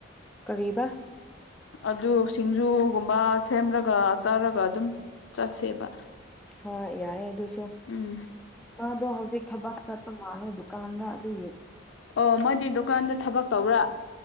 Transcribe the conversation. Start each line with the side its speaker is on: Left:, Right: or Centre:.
Centre: ꯀꯔꯤꯕ
Left: ꯑꯗꯨ ꯁꯤꯡꯖꯨꯒꯨꯝꯕ ꯁꯦꯝꯔꯒ ꯆꯥꯔꯒ ꯑꯗꯨꯝ ꯆꯠꯁꯦꯕ
Centre: ꯍ ꯌꯥꯏ ꯑꯗꯨ ꯃꯥ
Left: ꯎꯝ
Centre: ꯑꯗꯨꯣ ꯍꯧꯖꯤꯛ ꯊꯕꯛ ꯆꯠꯄ ꯃꯥꯗ ꯀꯥꯟꯗꯥ ꯑꯗꯨ
Left: ꯑꯣ ꯃꯥꯗꯤ ꯗꯨꯀꯥꯟꯗ ꯊꯕꯛ ꯇꯧꯕ꯭ꯔꯥ